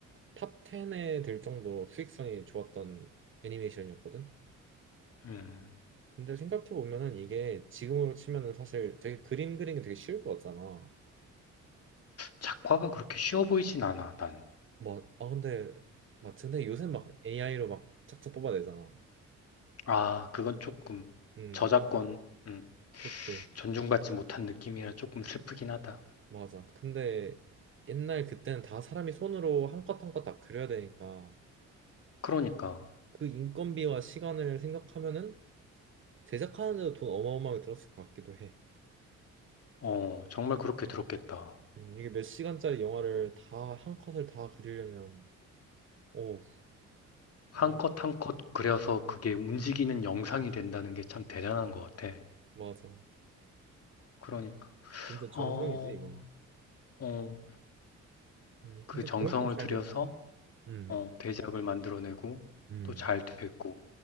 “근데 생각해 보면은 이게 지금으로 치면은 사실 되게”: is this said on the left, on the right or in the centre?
Right